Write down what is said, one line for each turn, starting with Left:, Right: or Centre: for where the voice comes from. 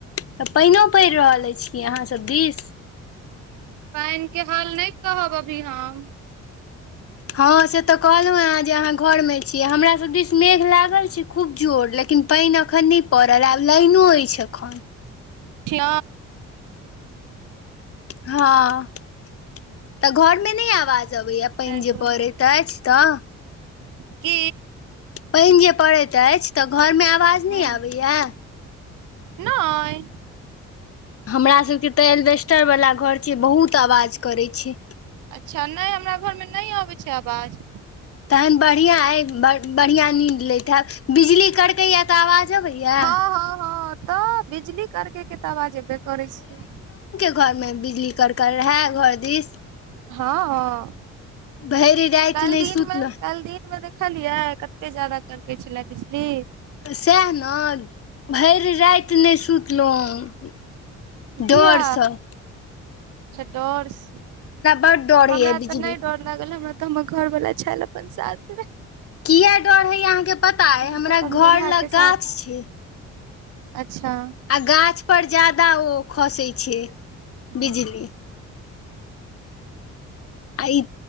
Left: तऽ पानिओ पड़ि रहल अछि कि अहाँसभ दिस
Right: पानि के हाल नहि कहब अभी हम
Left: हँ से तऽ कहलहुँ हेँ जे अहाँ घरमे छीयै हमरा सभ दिस मेघ लागल छै खूब जोर लेकिन लेकिन पानि एखन नहि पड़ल आब लाइनो अछि एखन
Right: ह
Left: हँ तऽ घर मे नहि आवाज अबैया पानि
Right: ताहि
Left: जे पड़ैत अछि तऽ
Right: की
Left: पानि जे पड़ैत अछि तऽ घरमे आवाज
Right: हँ
Left: नहि आबैया
Right: नहि
Left: हमरा सबके तऽ एल्वेस्टर वाला घर छै बहुत आवाज करै छै
Right: अच्छा नहि हमरा घरमे नहि आबै छै आवाज
Left: तहन बढ़िआँ अइ बढ़िआँ नीद लैतब बिजली करकैया तऽ आवाज आवाज अवय यै
Right: हँ हँ हँ तऽ बिजली करकेे के तऽ आवाज अयबे करै छै
Left: घर में बिजली करक हैय घर दिस
Right: हँ हँ
Left: भरि राति
Right: कल
Left: नहि
Right: दिन
Left: सुतलहुँ
Right: में कल दिन में देख देखलियै कते ज्यादा तरकै छलै बिजली
Left: सएह ने भरि राति नहि सुतलहुँ
Right: किया
Left: डर सए
Right: अच्छा डर से
Left: बड्ड डर होइए
Right: हमरा
Left: बिजली
Right: तऽ नहि डर लागल हमरा तऽ म घर बला छाल अपन साथ में
Left: किए डर हइ अहाँके पता अइ हमरा
Right: तऽ अपन
Left: घर
Right: दुल्हा के
Left: लग
Right: साथ
Left: गाछ छै
Right: अच्छा
Left: आ गाछ पर ज्यादा ओ खसै छै
Right: हूँ।
Left: बिजली आइ